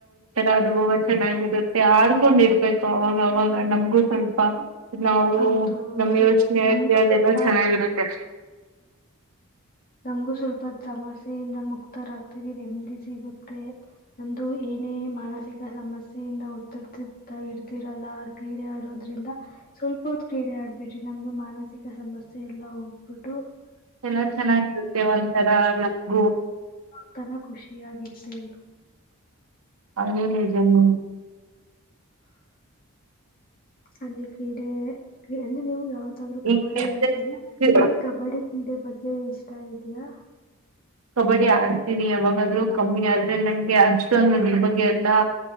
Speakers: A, on the right; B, on the left.
A: ಅದು ಹಬ ಚೆನ್ನಾಗಿರುತ್ತೆ ಆಡ್ಕೊಂಡ್ ಇರ್ಬೇಕು ಅವಾಗ ಅವಾಗ ನಮ್ಗೂ ಸ್ವಲ್ಪ ನಾವು
B: ಹೌದು ಹೌದು
A: ನಮ ಯೋಚನೆ
B: ನಮಗೂ
A: ಆಗ್ಲಿ ಅದೆಲ್ಲ
B: ಸ್ವಲ್ಪ
A: ಚೆನ್ನಾಗಿರುತ್ತೆಷ್ಟ
B: ನಮ್ಗೂ ಸ್ವಲ್ಪ ಸಮರ್್ಯೆ ಸೆಯಿಂದ ಮುಕ್ತರ ಆ್ತರಿ ನೆಮ್ಮದಿ ಸಿಗುತ್ತೆ ನಮ್ದು ಏನೇ ಮಾನಸಿಕ ಸಮಸ್ಯೆಯಿಂದ ಒತ್ತಿಡ್ತಿ ಇರ್ತಿರಲ್ಲ ಕ್ರೀಡೆ ಆಡೋದ್ರಿಂದ ಸ್ವಲ್ಪ ಹೊತ್ ಕ್ರೀಡೆ ಆಡ್ಬಿಟ್ರಿ ನಮ್ದು ಮಾನಸಿಕ ಸಮಸ್ಯೆ ಎಲ್ಲ ಹೋಗ್ಬಿಟ್ಟು
A: ಚಲ
B: ನಮ್
A: ಚೆನ್ನ ಇತ್ತೆ ಒಥರಾ ನಮಗು
B: ನತನ ಖುಷಿಯಾಗಿರ್ತೇವಿ
A: ಅದು ನಿಜಮ
B: ಅದೇ ಕ್ರೀಡೇ ಕ್ರ್ ಅಂದ್ರೆ ನೀವು ಯಾವ್ ಮತ್ತಾದ್ರೂ
A: ಹೆಂಗೆ
B: ಕಬಡ್ಡಿ
A: ಅಂದ್ರೆ
B: ಆಡ್ತೀವಿ
A: ಕ-
B: ಹಗೆ ಕಬಡ್ಡಿ ಕ್ರಡೆ ಬಗ್ಗೆ ಗೆ ಇಷ್ಟ ಇದಿಯಾ
A: ಕಬಡ್ಡಿ ಆಡ್ತೀನಿ ಯಾವಾಗಾದ್ೂ ಕಮ್ಮಿ ಆದ್ರೆ ನಂಗೆ ಅಷ್ಟೊಂದ ನಿರ್ ಬಗ್ಗೆ ಎಲ್ಲಾ